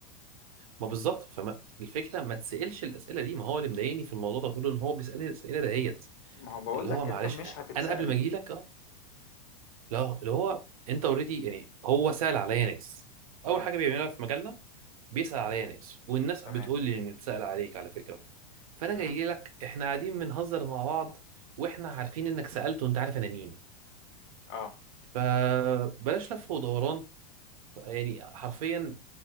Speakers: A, on the right; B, on the left.
A: ما بالظبط فما الفكره ما تسالش الاسئله دي ما هو اللي مضايقني في الموضوع ده كله ان هو بيسالني الاسئله دهيت
B: ما هو بقول
A: اللي
B: لك
A: هو
B: انت
A: معلش
B: مش هتتسأل
A: انا قبل ما
B: دي
A: اجي لك آه، لا اللي هو انت اوريدي يعني هو سأل عليا ناس اول
B: امم
A: حاجه بيعملها في مجالنا بيسأل عليا ناس والناس
B: تمام
A: بتقول لي ان اتسأل عليك على فكره فانا
B: امم
A: جاي لك احنا قاعدين بنهزر مع بعض واحنا عارفين انك سألت وانت عارف انا مين
B: اه
A: فبلاش لف ودوران يعني حرفيا